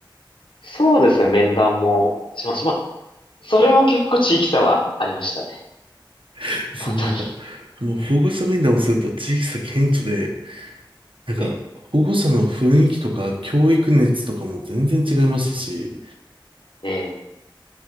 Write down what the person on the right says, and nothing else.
<laughs> そうなんか、
もう保護者面談をすると地域差顕著で、なんか、
保護者の雰囲気とか教育熱とかも全然違いますし、